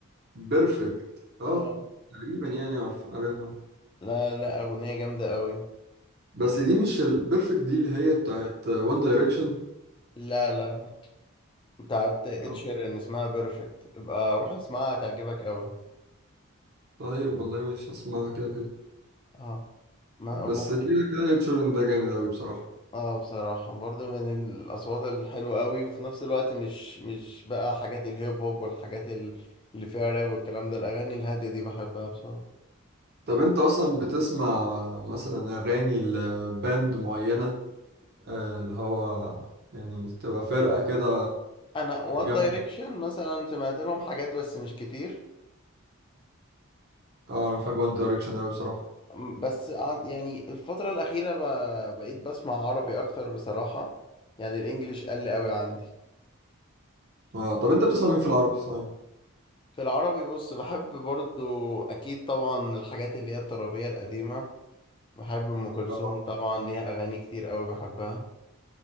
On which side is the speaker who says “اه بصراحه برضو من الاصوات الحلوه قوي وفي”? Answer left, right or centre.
Left